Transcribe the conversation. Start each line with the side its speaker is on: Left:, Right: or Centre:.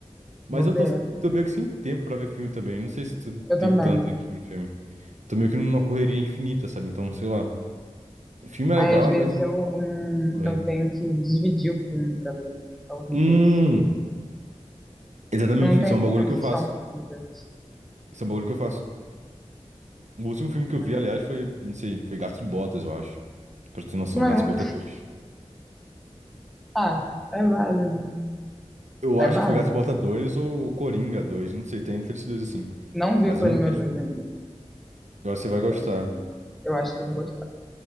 Right: Mas
Centre: vou
Right: eu
Centre: ver.
Right: tô, tô meio que sem tempo pra ver filme também. Não sei se tu
Centre: Eu
Right: tem
Centre: também.
Right: tanto tempo sobre filme. Tô meio que numa correria infinita, sabe? Então, sei lá. Filme é
Centre: Aí
Right: legal,
Centre: às vezes
Right: mas.
Centre: eu, hum,
Right: Vai.
Centre: eu tenho que dividir o filme pra ver. É horrível
Right: Hum,
Centre: isso.
Right: exatamente.
Centre: Eu não tenho
Right: Isso é um bagulho
Centre: condição
Right: que eu faço.
Centre: de ver.
Right: Isso é um bagulho que eu faço. O último
Centre: <laughs>
Right: filme que eu vi, aliás, foi, não sei, foi Gato e Botas, eu acho. Pra ter noção,
Centre: Mas,
Right: Gato e Botas dois.
Centre: ah, é válido.
Right: Eu acho
Centre: É válido.
Right: que foi Gato e Botas 2 ou Coringa 2. não sei, tem entre esses dois assim.
Centre: Não vi
Right: Mas
Centre: Coringa
Right: eu não vejo,
Centre: 2 ainda.
Right: eu acho que você vai gostar.
Centre: pra você falar. Eu acho que eu vou gostar.